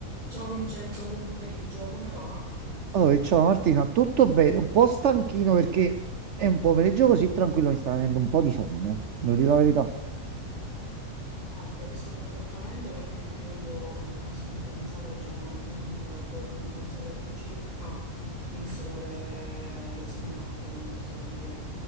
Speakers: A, on the right (about 30°); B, on the right (about 65°).
A: Ciao Vincenzo, buon pomeriggio, come va?
B: Oh, ciao Martina, tutto bene? Un po' stanchino perché è un pomeriggio così tranquillo, mi sta venendo un po' di sonno, devo dire la verità.
A: Ah, ti capisco perfettamente perché anche io quando finisco di pranzare generalmente dopo una mezz'oretta circa inizio ad avere la sonnacchia, come si suol dire.